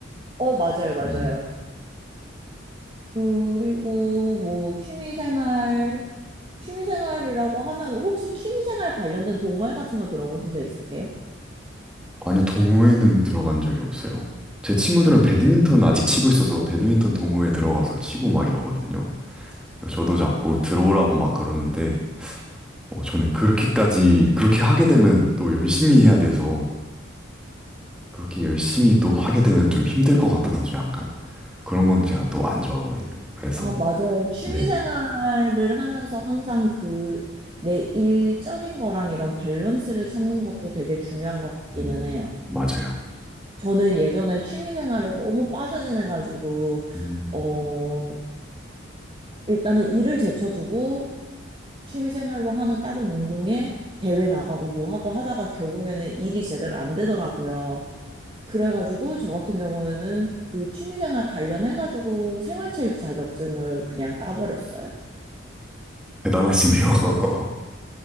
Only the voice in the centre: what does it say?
어,
아니요, 동호회는 들어간 적이 없어요. 제 친구들은 배드민턴 아직 치고 있어서 배드민턴 동호회 들어가서 치고 막 이러거든요. 그래서 저도 자꾸 들어오라고 막 그러는데, 어, 저는 그렇게까지, 그렇게 하게 되면 또 열심히 해야 돼서, 그렇게 열심히 또 하게 되면 좀 힘들 것 같아서 저 약간 그런 건 제가 또 안 좋아하거든요. 그래서,
네,
음,
맞아요.
음,
대단하시네요. <laughs>